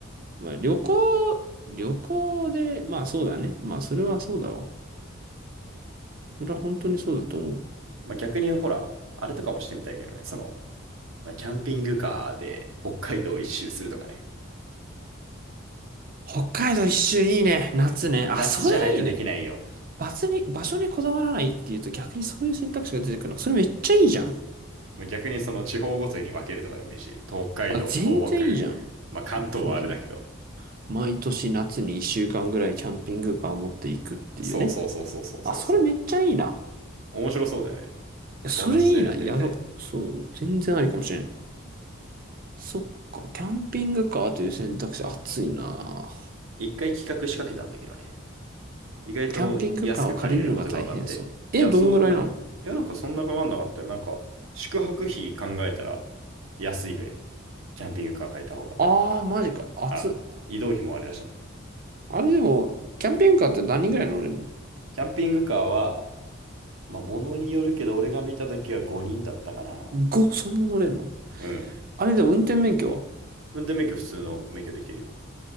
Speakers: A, on the right; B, on the right.
A: まあ旅行、旅行で、まあそうだね。まあそれはそうだわ。それは本当にそうだと思う。
B: まあ、逆にほら、あれとかもしてみたいけどね。その、まあ、キャンピングカーで北海道一周するとかね。
A: 北海道一周いいね。夏ね。あ、
B: 夏じゃないとできないよ。
A: それいいね。場所に、場所にこだわらないっていうと逆にそういう選択肢が出てくるの。それめっちゃいいじゃん。
B: まあ、逆にその地方ごとに分けるとかでもいいし、北海道、
A: あ、全然いいじゃん。
B: 東北、まあ、関東はあれだけど。
A: そうだね。毎年夏に一週間ぐらいキャンピングカーを持っていくっていうね。
B: そうそうそうそうそうそうそ
A: あ、それめっちゃいいな。
B: う。面白そうだよね。
A: いやそれいいな。
B: 友達とやってみたい。
A: やろう。そう。全然ありかもしれん。そっか、キャンピングカーという選択肢、暑いな。
B: 一回企画仕掛けたんだけどね。意外と安く借りれることが分かって。
A: キャンピングカーを借りるのが大変そう。え、
B: いや、
A: どんぐらいなの
B: そうでもない。いや、なんかそんなかかんなかったよ。なんか、宿泊費考えたら安いぐらい。キャンピングカー借りた方が。
A: ああー、マジか、暑っ
B: あ、移動費もあれだしね。
A: あれでも、キャンピングカーって何人ぐらい乗れんの
B: キャンピングカーは、まあ、ものによるけど、俺が見た時は5人だったかな。
A: ?4?5? そんな乗れんの
B: うん。
A: あれでも運転免許は
B: 運転免許普通の免許できるよ。